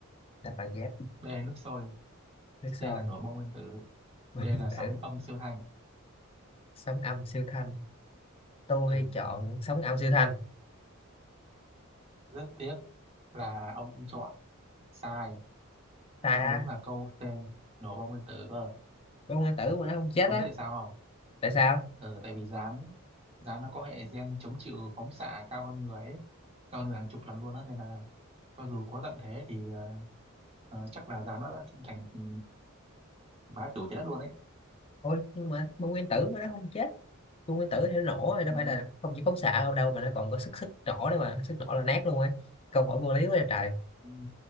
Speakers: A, on the left; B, on the right.
A: đọc bằng ghép
B: B. Nước sôi.
A: nước sôi
B: C là nổ bom nguyên tử.
A: <laughs>
B: D là
A: điện
B: sóng
A: tử
B: âm siêu thanh.
A: sóng âm siêu thanh tôi
B: Ừ,
A: chọn sóng âm siêu thanh
B: rất tiếc là ông chọn sai.
A: sai
B: Đáp án đúng
A: á
B: là câu C. Nổ bom nguyên tử cơ.
A: bông nguyên tử mà nó không chết
B: Ông
A: á
B: biết tại sao không?
A: tại sao
B: Ừ, tại vì gián gián nó có hệ gen chống chịu phóng xạ cao hơn người ấy cao hơn người hàng chục lần luôn á nên là cho dù có tận thế thì ờ, ờ, chắc là giá nó thành ừ, bá chủ trái đất luôn ấy
A: ôi nhưng mà bông nguyên tử mà nó không chết bông nguyên tử thì nó nổ rồi đâu
B: ừ.
A: phải là không chỉ phóng xạ không đâu mà nó còn có sức sức nổ nữa mà sức nổ là nát luôn ấy câu hỏi vô lý quá trời trời.
B: ừ.